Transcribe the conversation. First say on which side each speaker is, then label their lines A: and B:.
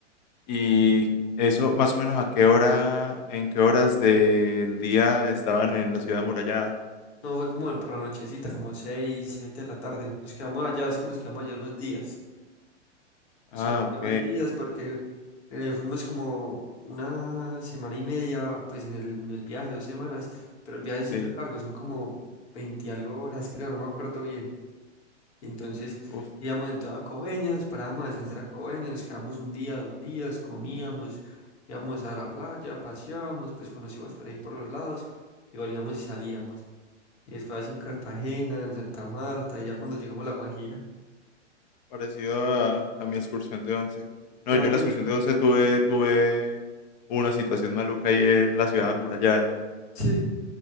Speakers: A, on the left; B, on the left.
A: y eso, más o menos, ¿a qué hora, en qué horas del día estaban en la ciudad amurallada?
B: no fue como el por la nochecita, como seis, siete de la tarde. Nos quedamos allá, es que nos quedamos allá unos días. Nos
A: Ah,
B: quedamos
A: ok,
B: ahí unos días porque eh, fuimos como una semana y media, pues en el, en el viaje, dos semanas, pero el viaje siempre
A: sí.
B: es largo, son como 20 y algo horas, creo, no me acuerdo bien. Y entonces
A: Uf,
B: íbamos en toda Coveñas, nos parábamos a descansar a Coveñas, nos quedamos un día, dos días, comíamos, íbamos a la playa, paseábamos, pues conocíamos por ahí por los lados y volvíamos y salíamos. Y después así en Cartagena, en Santa Marta, y ya cuando llegamos a La Guajira.
A: parecido a, a mi excursión de 11. No,
B: ¿Ya
A: yo
B: dónde?
A: en la excursión de 11 tuve, tuve una situación maluca ahí en la ciudad amurallada.
B: Sí,